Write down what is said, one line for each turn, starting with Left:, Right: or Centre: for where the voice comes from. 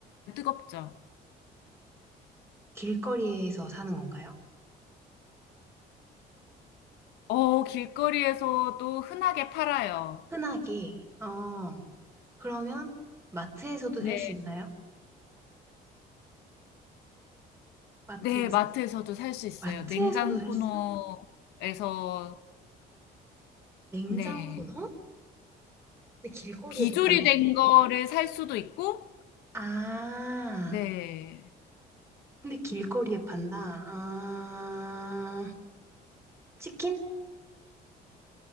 Left: 뜨겁죠.
Right: 길거리에서 사는 건가요?
Left: 어, 길거리에서도 흔하게 팔아요.
Right: 흔하게, 어, 그러면 마트에서도
Left: 네,
Right: 살 수 있나요? 마트에서?
Left: 네, 마트에서도 살 수 있어요.
Right: 마트에서도
Left: 냉장
Right: 살
Left: 코너에서,
Right: 수? 냉장
Left: 네.
Right: 코너? 근데 길거리에도
Left: 비조리된
Right: 판다고?
Left: 거를 살 수도 있고,
Right: 아,
Left: 네.
Right: 근데 길거리에 판다. 아, 치킨?